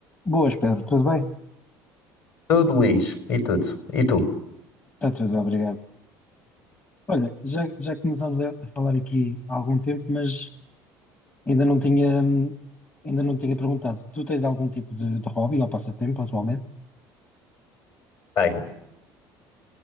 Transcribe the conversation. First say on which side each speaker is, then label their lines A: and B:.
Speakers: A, on the left; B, on the left.
A: Boas, Pedro, tudo bem?
B: Tudo, Luís. E tudo. E tu?
A: Está tudo, obrigado. Olha, já, já começámos a a falar aqui há algum tempo, mas ainda não tinha, hum, ainda não tinha perguntado. Tu tens algum tipo de, de hobby ou passatempo atualmente?
B: Bem,